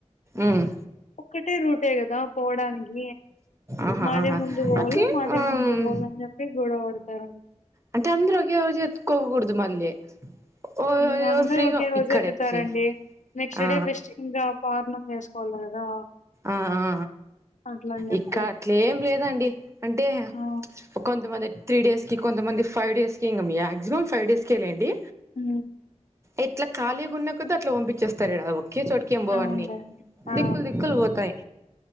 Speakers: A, on the right; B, on the left.
A: ఉమ్
B: ఒక్కటే రూటే కదా పోవడానికి
A: ఆహా
B: మాదే
A: ఆహా
B: ముందు పోల
A: అట్లే
B: మాదే
A: ఉమ్
B: ముందు పోల అని చెప్పి గొడవ వాడతారు
A: అంటె అందరు ఒకేరోజు ఎత్తుకొకుడదు మళ్ళీ ఓ
B: ఇంగ
A: ఎవరు
B: అందరు
A: ఫ్రీగా
B: ఒకే రోజు
A: ఇక్కడ
B: ఎత్తుతారండి
A: ఎట్లే
B: నెక్స్ట్
A: ఆ
B: డే బెస్ట్ ఇంకా పార్ణం వేసుకోవాలి కదా
A: ఆ ఆ
B: అట్లని చెప్పి
A: ఇక్కడ అట్లేం లేదండి అంటే
B: ఆ
A: కొంతమంది త్రీడేస్ కి కొంతమంది ఫైవ్ డేస్కి ఇంగ మ్యాక్సిమం ఫైవ్ డేస్కె లెండి
B: ఉ
A: ఎట్లా ఖాలీ గా ఉన్న కొద్ది అట్ల పంపిచెస్తారు ఇడ ఒకే చోట కేం బోవన్నీ
B: అవునులేండి
A: దిక్కులు
B: ఆ
A: దిక్కులు పోతయి